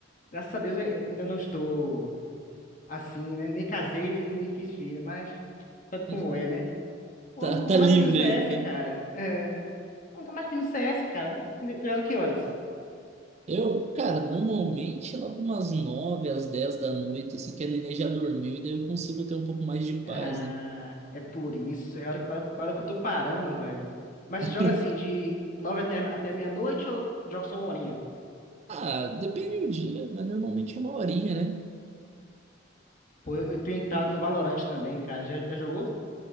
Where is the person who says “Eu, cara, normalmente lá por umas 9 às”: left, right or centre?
Right